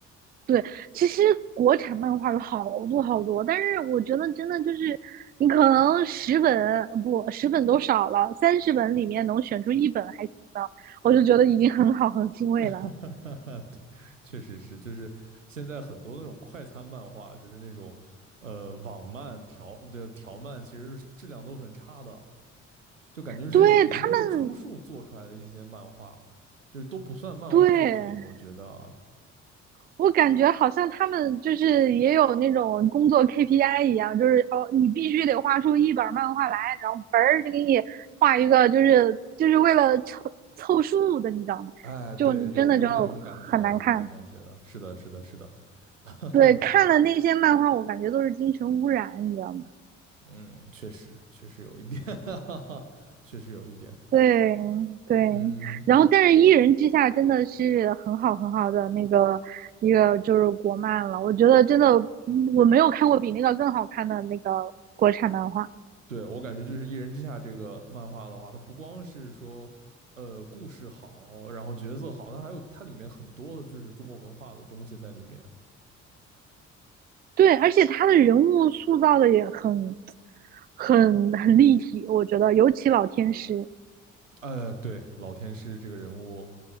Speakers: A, on the right; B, on the right.
A: 对。其实国产漫画有好多好多，但是我觉得真的就是你可能十本不十本都少了，三十本里面能选出一本还行的，我就觉得已经很好很欣慰了。
B: <laughs> 哈哈对，确实是，就是现在很多那种快餐漫画，就是那种，呃，网漫调的调漫，其实是质量都很差的，就感觉是已经为充数做出来的一些漫画，
A: 对他们，
B: 就是都不算漫画作品，
A: 对
B: 我觉得，
A: 我感觉好像他们就是也有那种工作 KPI 一样，就是哦，你必须得画出一本漫画来，然后嘣儿就给你画一个，就是就是为了凑凑数的，你知道吗？
B: 哎，
A: 就真的就
B: 对，有有那种感觉，
A: 很难看。
B: 有那种感觉的，是的，是的，是的，<laughs>
A: 对，看了那些漫画，我感觉都是精神污染，你知道吗？
B: 嗯，确实，确实有一点，<laughs> 确实有一点，
A: 对对，
B: 嗯。
A: 然后但是《一人之下》真的是很好很好的那个一个就是国漫了，我觉得真的嗯我没有看过比那个更好看的那个国产漫画。
B: 对，我感觉就是《一人之下》这个漫画的话，它不光是说，呃，故事好，然后角色好，它还有它里面很多的就是中国文化的东西在里面。
A: 对，而且他的人物塑造的也很、很、很立体，我觉得，尤其老天师。
B: 呃，对，老天师这个人物